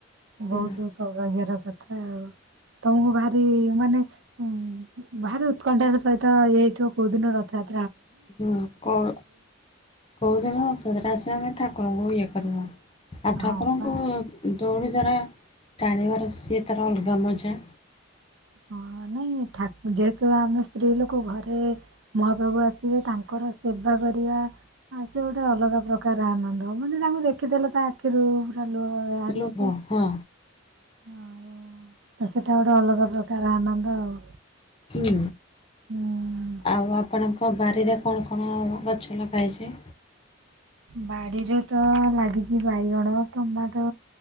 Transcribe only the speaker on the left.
ହୁଁ
ହୁଁ କଉ କୋଉଦିନ ରଥରାତ୍ର ଆସିବ ଆମେ ଠାକୁରଙ୍କୁ ଇଏ କରିନୁ ଆଉ ଠାକୁରଙ୍କୁ
ଦୌଡ଼ି ଦ୍ଵାରା ଟାଣିିବାର ସିଏ ତାର ଅଲଗା ମଜା।
ଲୁଭ
ହଁ
ହୁଁ
ଆଉ ଆପଣଙ୍କ ବାରିରେ କଣ କଣ ଗଛ ଲଗା ହେଉଛି?